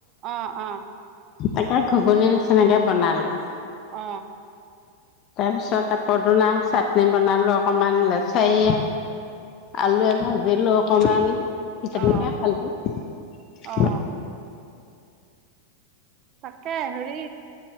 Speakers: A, on the right; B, on the left.
A: অ অ
B: তাকে ঘুগনীৰ নিচিনাকে বনালো
A: অ
B: তাৰপিছত আ পদনা চাটনি বনালো অকমান লেচাৰে আলু ভাজিলো অকমান হিচাপনি
A: অ
B: ক খালক
A: অ তাকে হৰি